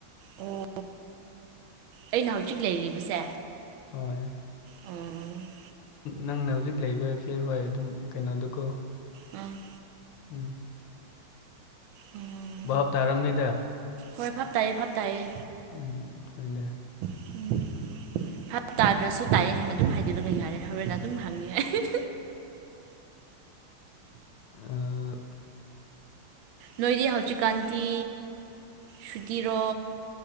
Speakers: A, on the right (about 80°); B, on the left (about 75°).
A: ꯑꯣ ꯑꯩꯅ ꯍꯧꯖꯤꯛ ꯂꯩꯔꯤꯕꯁꯦ꯫
B: ꯍꯣꯏ꯫
A: ꯎꯝ꯫
B: ꯅꯪꯅ ꯍꯧꯖꯤꯛ ꯂꯩꯕꯁꯦ ꯍꯣꯏ ꯑꯗꯨꯝ ꯀꯩꯅꯣꯗꯨꯀꯣ꯫
A: ꯎꯝ꯫
B: ꯎꯝ꯫
A: ꯎꯝ꯫
B: ꯚꯥꯞ ꯇꯥꯔꯝꯅꯤꯗ꯫
A: ꯍꯣꯏ ꯕꯥꯞ ꯇꯥꯏꯌꯦ ꯕꯥꯞ ꯇꯥꯏꯌꯦ꯫
B: ꯎꯝ ꯍꯣꯏꯅꯦ꯫
A: ꯫ <inaudible> ꯚꯥꯞ ꯇꯥꯗ꯭ꯔꯁꯨ ꯇꯥꯏꯑꯦ ꯍꯥꯏꯅ ꯑꯗꯨꯝ ꯍꯥꯏꯖꯤꯜꯂꯒ ꯌꯥꯔꯦ ꯍꯣꯔꯦꯟ ꯑꯗꯨꯝ ꯍꯪꯅꯤꯡꯉꯥꯏ꯫
B: ꯑꯥ꯫
A: ꯅꯣꯏꯗꯤ ꯍꯧꯎꯖꯤꯛ ꯀꯥꯟꯗꯤ ꯁꯨꯇꯤꯔꯣ꯫